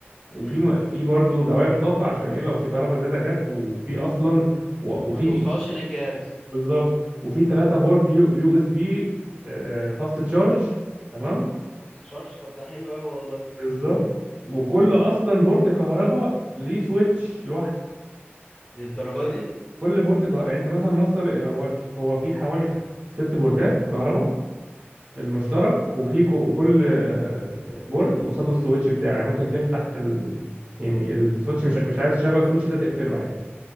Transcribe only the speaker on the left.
امم
ما
توصلش للجهاز
فصل تشارج طب ده حلو قوي والله
للدرجة دي